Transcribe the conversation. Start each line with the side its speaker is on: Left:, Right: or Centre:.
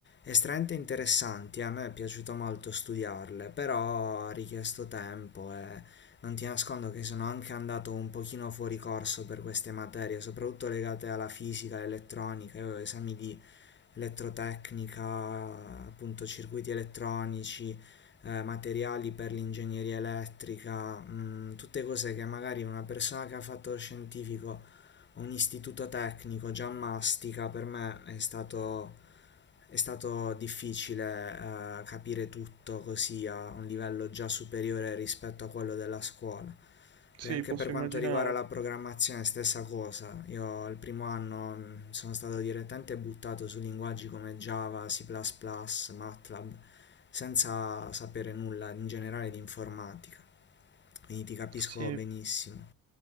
Left: Estremamente interessanti, a me è piaciuto molto studiarle, però ha richiesto tempo e non ti nascondo che sono anche andato un pochino fuori corso per queste materie, soprattutto legate alla fisica, all'elettronica, io avevo esami di elettrotecnica, appunto circuiti elettronici, eh, materiali per l'ingegneria elettrica, mm, tutte cose che magari una persona che ha fatto lo scientifico o un istituto tecnico già mastica, per me è stato, è stato difficile eh, capire tutto così a un livello già superiore rispetto a quello della scuola. Poi
Right: sì,
Left: anche
Right: posso
Left: per quanto
Right: immaginare.
Left: riguarda la programmazione, stessa cosa. Io il primo anno mh, sono stato direttamente buttato su linguaggi come Java, C++, plus plus, MATLAB, senza sapere nulla in generale di informatica. Quindi ti capisco
Right: Sì.
Left: benissimo.